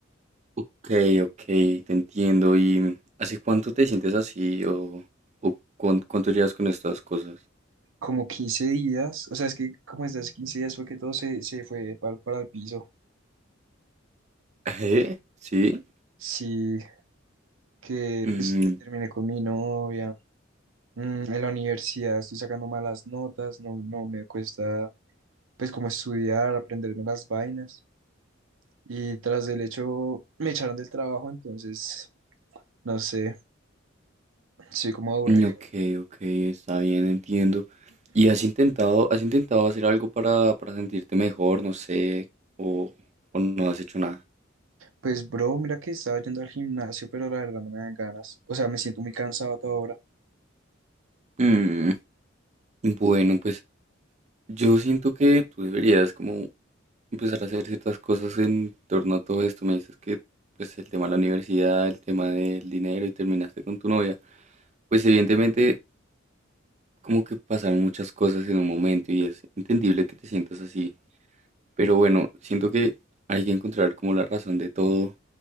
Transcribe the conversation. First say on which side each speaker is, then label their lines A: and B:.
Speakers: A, on the right; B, on the right.
A: ok, ok, te entiendo. ¿Y hace cuánto te sientes así o, o cuán- cuánto llevas con estas cosas?
B: Como quince días, o sea, es que como desde hace 15 días fue que todo se, se fue pa- para, el piso.
A: <laughs> ¿Eh? ¿Sí?
B: Sí, que
A: Mm,
B: pues terminé con mi novia. Mm, en la universidad estoy sacando malas notas, no, no me cuesta. pues como estudiar, aprenderme las vainas. Y tras del hecho me echaron del trabajo, entonces, no sé, estoy como aburrido,
A: mm, ok,
B: <clears throat> bro.
A: ok, está bien, entiendo. ¿Y has intentado, has intentado hacer algo para, para sentirte mejor? No sé, o, o no has hecho nada.
B: Pues, bro, mira que estaba yendo al gimnasio, pero la verdad no me dan ganas. O sea, me siento muy cansado a toda hora.
A: Mm, bueno, pues Yo siento que tú deberías como empezar a hacer ciertas cosas en torno a todo esto. Me dices que pues el tema de la universidad, el tema del dinero y terminaste con tu novia. Pues evidentemente como que pasaron muchas cosas en un momento y es entendible que te sientas así. Pero bueno, siento que hay que encontrar como la razón de todo